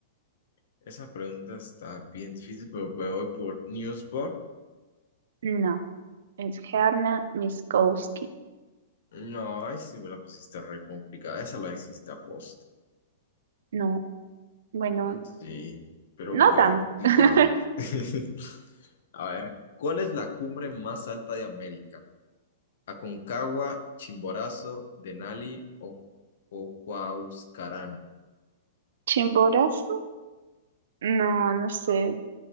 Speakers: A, on the left; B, on the right.
A: Esa pregunta está bien difícil, pero pues voy por Newsboard.
B: No, es Hermann Minkowski.
A: No, ay, sí me la pusiste re complicada. Esa la hiciste post
B: No, bueno,
A: Mm, Sí, pero
B: no
A: bueno,
B: tanto.
A: digamos.
B: <laughs>
A: <laughs> A ver, ¿cuál es la cumbre más alta de América? ¿Aconcagua, Chimborazo, Denali o, o Huascarán?
B: Chimborazo. No, no sé.